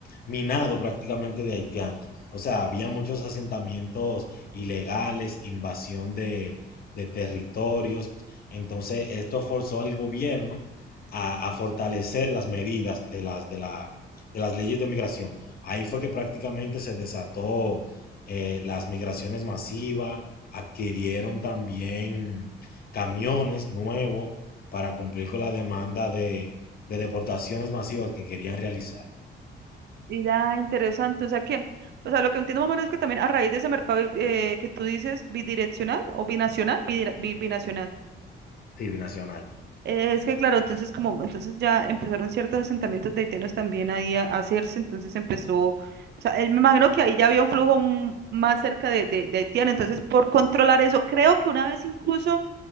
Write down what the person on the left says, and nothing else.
minado prácticamente de haitianos. O sea, había muchos asentamientos ilegales, invasión de, de territorios. Entonces, esto forzó al gobierno a, a fortalecer las medidas de las, de la, de las leyes de migración. Ahí fue que prácticamente se desató eh, las migraciones masivas, adquirieron también camiones nuevos para cumplir con la demanda de, de deportaciones masivas que querían realizar.
Sí, binacional.